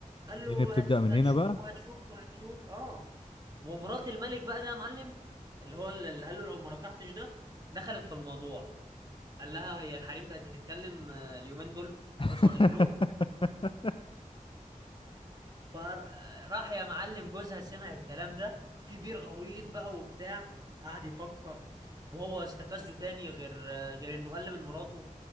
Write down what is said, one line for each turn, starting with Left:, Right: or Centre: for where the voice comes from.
Right: قال
Left: الدنيا
Right: له
Left: بتبدأ
Right: هت...
Left: من
Right: هتشوف
Left: هنا بقى
Right: وهتشوف وهتشوف اه ومرات الملك بقى ده يا معلم اللي هو اللي قال له لو ما ركعتش ده دخلت في الموضوع قال لها هي الحريم بقت بتتكلم آه، اليومين دول
Left: <laughs>
Right: قصاد الملوك فراح يا معلم جوزها سمع الكلام ده في بير غويط بقى وبتاع قعد يفكر وهو استفزه تاني غير آه، غير انه قل من مراته